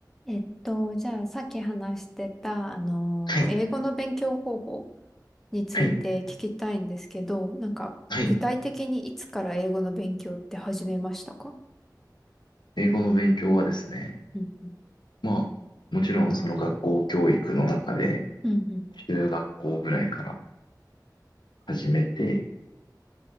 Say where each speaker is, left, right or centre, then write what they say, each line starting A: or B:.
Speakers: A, in the centre; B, on the left.
A: えっと、じゃあ、さっき話してた、あのー、
B: はい、
A: 英語の勉強方法について聞きたいんですけど、
B: はい、
A: なんか、
B: はい。
A: 具体的にいつから英語の勉強って始めましたか
B: 英語の勉強はですね、
A: うんうん。
B: まあ、もちろんその学校教育の中で、
A: うんうん。
B: 中学校ぐらいから始めて、